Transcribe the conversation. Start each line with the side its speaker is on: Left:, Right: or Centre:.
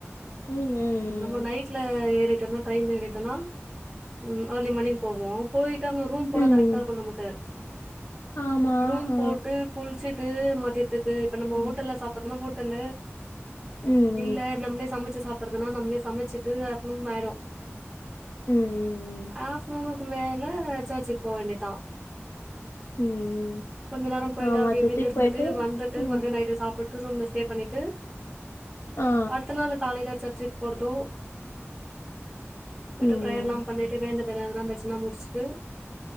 Left: ம் ம்
Right: நம்ம நைட்ல ஏறிட்டோம்னா ட்ரெயின் ஏறிட்டோனா ம் அர்லி மார்னிங் போவோ போயிட்டு அங்க ரூம் போட
Left: ம் ம்
Right: கரெக்டா இருக்கு நமக்கு
Left: ஆமா
Right: ரூம்
Left: ஆ
Right: போட்டு குள்சிட்டு மதியதுக்கு இப்ப நம்ம
Left: ம்
Right: ஹோட்டல்ல சாப்புட்றதுனா ஹோட்டல்லு
Left: ம்
Right: இல்ல நம்ளே சமைச்சி சாப்றதுனா நம்மளே சமைச்சிட்டு ஆஃப்டனு ஆயிடு
Left: ம் ம்
Right: ஆஃப்னூணு மேல சர்ச்சுக் போ வேண்டியதா
Left: ம் ம்
Right: கொஞ்ச நேரோ போயிட்டு
Left: ஆமா
Right: அப்டி
Left: சித்திக்கு
Right: பிடினு இருந்துட்டு
Left: போயிட்டு
Right: வந்துட்டு
Left: ம்
Right: மறுபடியு நைட்டு சாப்புட்டு ரூம்ல ஸ்டே பண்ணிட்டு
Left: ஆ ஆ
Right: அடுத்த நாளு காலேல சர்ச்சுக்கு போர்தோ போயிட்டு
Left: ம்
Right: ப்ரேயர்லா பண்ணிட்டு வேண்டதல் எதனா இருந்துச்சுனா முடிஸ்ட்டு